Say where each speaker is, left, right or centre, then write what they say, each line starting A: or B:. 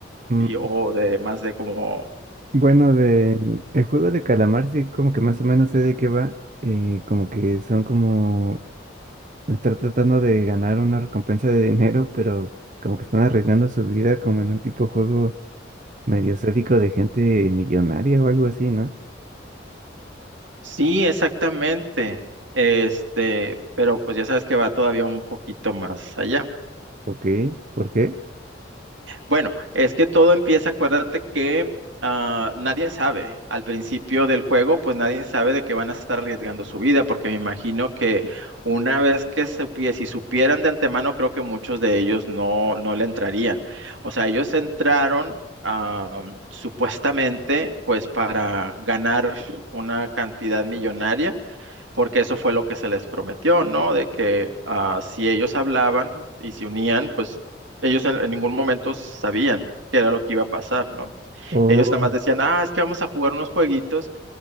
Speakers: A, on the right (about 40°); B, on the right (about 85°).
A: Mm,
B: y o de más de como
A: Bueno, de el juego de calamar sí como que más o menos sé de qué va, eh, como que son como estar tratando de ganar una recompensa de dinero, pero como que están arriesgando su vida como en un tipo juego medio sádico de gente millonaria o algo así, ¿no?
B: Sí, exactamente. Este, pero pues ya sabes que va todavía un poquito más allá.
A: Ok. ¿Por qué?
B: Bueno, es que todo empieza, acuérdate que ah, nadie sabe. Al principio del juego, pues nadie sabe de que van a estar arriesgando su vida, porque me imagino que una vez que supie- si supieran de antemano, creo que muchos de ellos no, no le entrarían. O sea, ellos entraron ah, supuestamente pues para ganar una cantidad millonaria porque eso fue lo que se les prometió, ¿no? De que ah, si ellos hablaban y se unían, pues ellos en, en ningún momento sabían qué era lo que iba a pasar, ¿no?
A: Oh,
B: Ellos nada más decían, ah, es que vamos a jugar unos jueguitos